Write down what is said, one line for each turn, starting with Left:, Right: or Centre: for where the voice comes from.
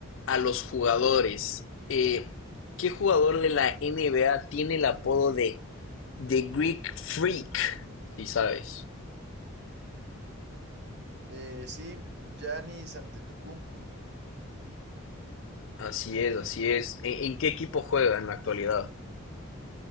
Left: a los jugadores. Eh, ¿qué jugador de la N B A tiene el apodo de The Greek Freak? Si sabes.
Right: Eh, sí, Giannis Antetokounmpo.
Left: Así es, así es. ¿En, en qué equipo juega en la actualidad?